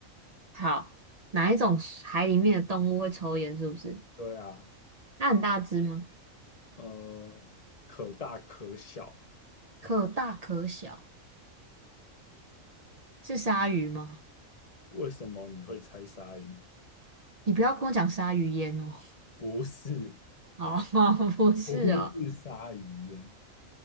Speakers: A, on the right; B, on the left.
A: 好，哪一种海里面的动物会抽烟？是不是？
B: 对呀，
A: 那很大只吗？
B: 呃，可大可小。
A: 可大可小，是鲨鱼吗？
B: 为什么你会猜鲨鱼？
A: 你不要跟我讲鲨鱼烟哦。
B: 不是，
A: 哦，<laughs> 不是哦，
B: <laughs> 不是鲨鱼烟，